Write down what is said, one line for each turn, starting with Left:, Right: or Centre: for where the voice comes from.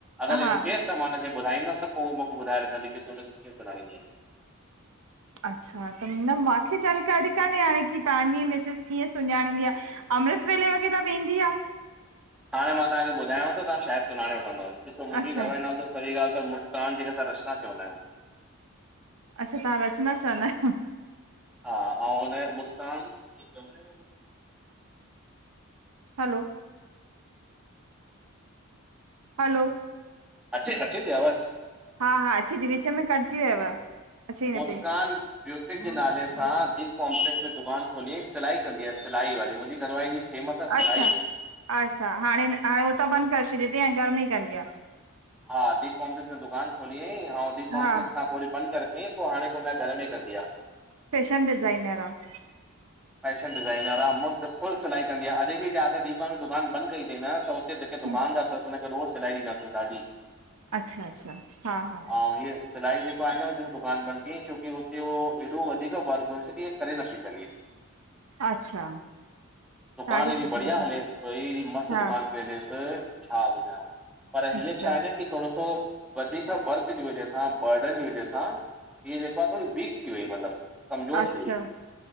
Centre: अॻरि
Right: हा
Centre: इन केस त मां हुनखे ॿुधाईंदसि त पोइ उ मूंखे ॿुधाए रखंदी कि त हुन खे कीअं सुन्याड़दी आहे।
Right: अच्छा त न माखे जानकारी कान्हे हाणे कि तव्हांजी मिसिस कीअं सुञाणींदी आ। अमृतवेले वग़ैरह वेंदी आहे।
Centre: हाणे मां तव्हांखे ॿुधायाव थो, तव्हां शायद सुञाणे वठंदव। ॾिसो मुंहिंजी
Right: अच्छा
Centre: घर वारी जो नालो पहिरीं ॻाल्हि त मुस्कान खें असां रचना चवंदा आहियूं।
Right: अच्छा तव्हां रचना चवंदा आहियो।
Centre: हा ऐं हुनजो मुस्कान इ चवंदा आहिनि।
Right: हैलो हैलो
Centre: अचे अचे थी आवाज़?
Right: हा हा अच थी विच में कटॼी वियव अचे ई न
Centre: मुस्कान
Right: पई
Centre: ब्यूटि जे नाले सां दीप कॉम्पलेक्स में दुकान रुखोली सिलाई कंदी आहे सिलाई वारी मुंहिंजी घरवारी फेमस आहे सिलाई
Right: अच्छा
Centre: में।
Right: अच्छा हाणे हाणे उह त बंदि करे छॾियो अथईं ऐं घर में ही कंदी आहे।
Centre: हा दीप कॉम्पलेस दुकान खोली हुयइ। ऐं दीप
Right: हा
Centre: कॉम्पलेस खां वरी बंद करे रखियईं। पोइ हाणे पोइ घर में ई कंदी आ।
Right: फैशन डिज़ाइनर आहे।
Centre: फैशन डिज़ाइनर आ मस्त फुल सिलाई कंदी आहे। अॾ ॿि तव्हांखे दीपा दुकान बंद कई थई अथईं न त त जेके
Right: हम्म
Centre: दुकानदार अथसि, हिन खें रोज़ सिलाई ॾींद अथसि ॾाढी।
Right: अच्छा, अच्छा, हा हा।
Centre: ऐं हीअ सिलाई जेको आहे न दुकान ॿंदि कयई, छोकी हुते उहो एॾो वधीक वर्क हुयोस की हिअ करे न पई सघे।
Right: अच्छा
Centre: दुकान
Right: साड़ी
Centre: हेॾी
Right: सुठी
Centre: बढ़िया
Right: ॻाल्हि
Centre: हले स पई हेॾी मस्त
Right: हा
Centre: दुकान बेनेसर छा ॿुधंयाव, पर हीअ
Right: अच्छा
Centre: छा आहे न थोरो सो वधीक वर्क जी वजह सां, बर्डन जी वजह सां हीअ जेको थोरी विक थी वई, मतिलबु कमज़ोर
Right: अच्छा
Centre: थी वई।